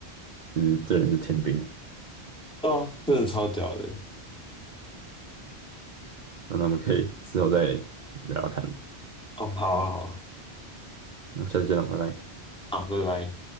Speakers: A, on the right; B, in the centre.
A: 其实这人是天兵欸，
B: 对啊，真的超屌的。
A: 那我们可以之后再聊聊看，
B: 哦，好啊，好
A: 嗯，下次见了，拜拜。
B: 啊，好，拜拜。